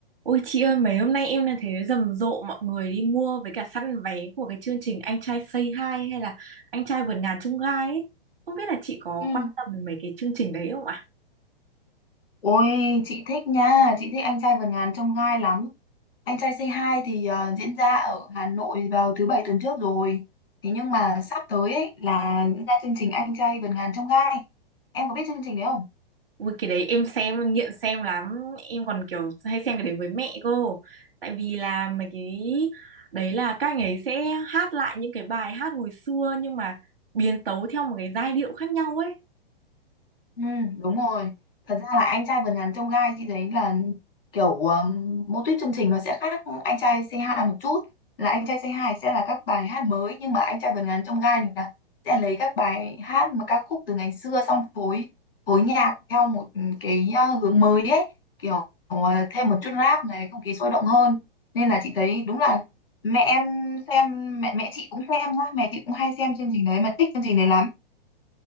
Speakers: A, on the right; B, on the left.
A: Ôi chị ơi, mấy hôm nay em là thấy rầm rộ mọi người đi mua với cả săn vé của cái chương trình Anh trai Say Hi hay là Anh trai vượt ngàn chông gai ấy. Không biết là chị có
B: Ừ.
A: quan tâm đến mấy cái chương trình đấy không ạ?
B: Ôi chị thích nha, chị thích anh trai vượt ngàn chông gai lắm. Anh trai Say Hi thì ờ, diễn ra ở Hà Nội vào thứ bảy tuần trước rồi. Thế nhưng mà sắp tới ấy là diễn ra chương trình anh trai vượt ngàn chông gai. Em có biết chương trình đấy không?
A: Ui cái đấy em xem em nghiện xem lắm, em còn kiểu hay xem cái đấy với mẹ cô. Tại vì là mấy cái đấy là các anh ấy sẽ hát lại những cái bài hát hồi xưa nhưng mà biến tấu theo một cái giai điệu khác nhau ấy.
B: Ừ, đúng rồi. Thật ra là anh trai vượt ngàn chông gai chị thấy là kiểu um, mô típ chương trình nó sẽ khác anh trai Say Hi một chút. Là anh trai Say Hi sẽ là các bài hát mới nhưng mà anh trai vượt ngàn chông gai là sẽ lấy các bài hát mà ca khúc từ ngày xưa xong phối phối nhạc theo một cái uh, hướng mới ấy, kiểu uh, thêm một chút rap này, không khí sôi động hơn. Nên là chị thấy đúng là mẹ em xem mẹ mẹ chị cũng xem nhá, mẹ chị cũng hay xem chương trình đấy mà thích chương trình đấy lắm.